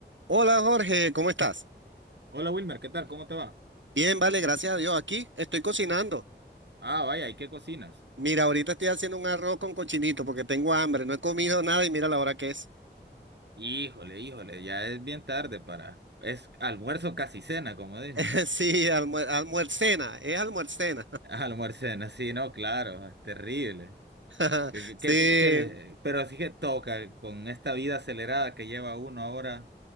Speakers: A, on the right (about 85°); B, on the right (about 65°).
A: Hola Jorge, ¿cómo estás?
B: Hola Wilmer, ¿qué tal? ¿Cómo te va?
A: Bien, vale, gracias a Dios. Aquí estoy cocinando.
B: Ah, vaya, ¿y qué cocinas?
A: Mira, ahorita estoy haciendo un arroz con cochinito porque tengo hambre, no he comido nada y mira la hora que es.
B: Híjole, híjole, ya es bien tarde para... Es almuerzo casi cena, como dicen.
A: <laughs>
B: <laughs>
A: Sí, almuer- almuercena, es almuercena.
B: Ah, Almuerzo cena, sí, no, claro, es terrible.
A: <laughs>
B: ¿Qué,
A: Sí,
B: qué- qué- qué- Pero así que toca con esta vida acelerada que lleva uno ahora,